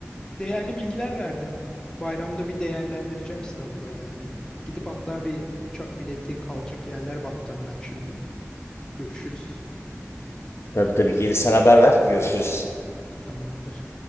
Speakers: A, on the left (about 15°); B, on the left (about 60°).
A: Değerli bilgiler verdin. Bayramda bir değerlendireceğim İstanbul'a gelmeyi. Gidip hatta bir uçak bileti kalacak yerler bakacağım ben şimdi. Görüşürüz.
B: Tabii tabii. Gelirsen haber ver. Görüşürüz.
A: Tamamdır.